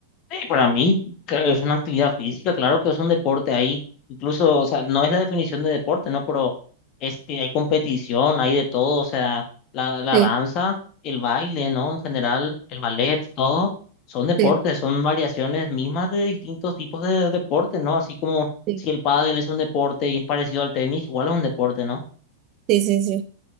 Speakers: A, on the left; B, on the right.
A: sí, para mí, claro, es una actividad física, claro que es un deporte ahí, incluso, o sea, no es la definición de deporte, ¿no? Pero este, hay competición, hay de todo, o sea, la, la
B: Sí,
A: danza, el baile, ¿no? En general, el ballet, todo, son deportes,
B: sí,
A: son variaciones mismas de distintos tipos de deportes, ¿no? Así como
B: sí.
A: si el pádel es un deporte y es parecido al tenis, igual es un deporte, ¿no?
B: Sí, sí, sí.